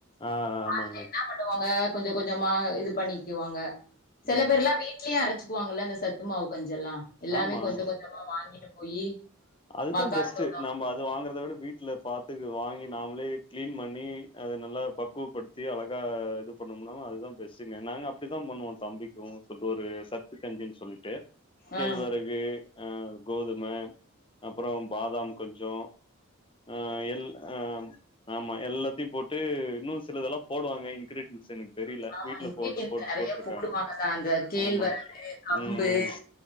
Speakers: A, on the left (about 25°); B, on the left (about 40°).
A: ஆ ஆமாங்க
B: அத என்ன பண்ணுவாங்க கொஞ்ச கொஞ்சமா இது பண்ணிக்குவாங்க செல
A: ம்
B: பேர்லா வீட் லயே அரச்சிக்குவாங்கல்ல இந்த சத்து மாவு கஞ்செல்லா எல்லாமே
A: ஆமா
B: கொஞ்ச கொஞ்சமா வாங்கிட்டு போயி
A: அதுதா
B: மக்காச்சோளோ
A: பெஸ்ட்டு நாம அது வாங்கறத விட வீட்ல பாத்து வாங்கி நாமளே கிளீன் பண்ணி அத நல்லா பக்குவப்படுத் தி அழகா இது பண்ணோம்னா அதுதா பெஸ்ட்டுங்க நாங்க அப்டித்தா பண்ணுவோ தம்பிக்கு சொல்ட்டு ஒரு சத்து கஞ்சின் சொல்லிட்டு
B: ஆ
A: கேழ்வரகு அ கோதும அப்றோ பாதாம் கொஞ்சோ ஆ எல் ஆ ஆமா எல்லாத்தையு போட்டு இன்னு சிலதெல்லா போடுவாங்க இன்கிரீடியண்ட்ஸு தெரியில
B: ஆமா
A: வீட்ல
B: இன்கிரீடியன்ட்
A: போட்டு போட்டு
B: நெறைய
A: போட்ருக்காங்க
B: போடுவாங்கதா அந்த கேழ்வரகு
A: ஆமா
B: கம்பு
A: ம்